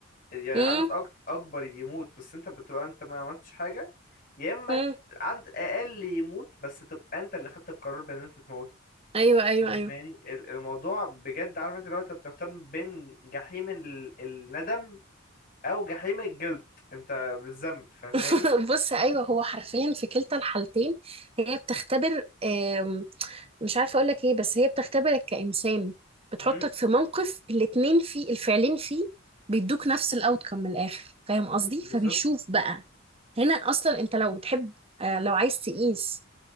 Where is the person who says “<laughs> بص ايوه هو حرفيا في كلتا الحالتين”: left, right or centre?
Right